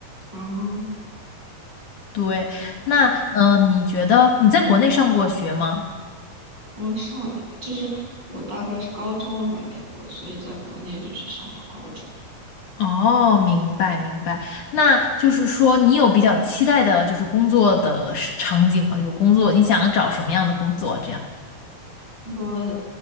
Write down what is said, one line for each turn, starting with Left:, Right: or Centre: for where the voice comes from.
Right: 哦，
Left: 对，那嗯、呃你觉得你在国内上过学吗？
Right: 我上就是我大概是高中来美国的，所以在国内就是上到高中。
Left: 哦，明白明白。那就是说，你有比较期待的，就是工作的是场景吗？就工作，你想找什么样的工作？这样，
Right: 我